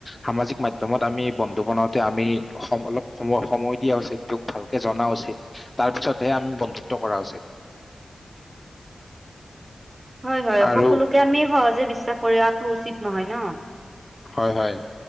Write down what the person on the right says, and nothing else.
<inaudible> হয়, হয়।
সকলোকে আমি সহজে বিশ্বাস কৰি <unintelligible> উচিত নহয় ন?